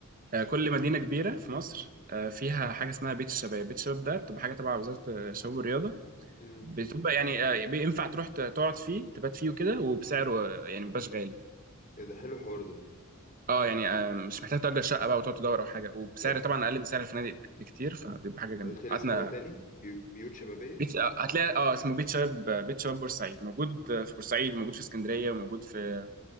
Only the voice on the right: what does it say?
آه، كل مدينه كبيره في مصر آه، فيها حاجه اسمها بيت الشباب بيت الشباب ده بتبقى حاجه تبع وزاره آه، الشباب والرياضه
بتبقى يعني آه، بينفع تروح ت- تقعد فيه تبات فيه وكده وبسعره آه، يعني مبقاش غالي
اه يعني آه، مش محتاج تأجر شقة بقى وتقعد تدور او حاجة وبسعر
طبعا اقل من سعر الفنادق بك- بكتير فبيبقى حاجة جميلة
قعدنا
بيت آه، هتلاقي اه اسمه بيت شباب آه، بيت شباب بورسعيد موجود آه، في بورسعيد موجود في اسكندرية موجود في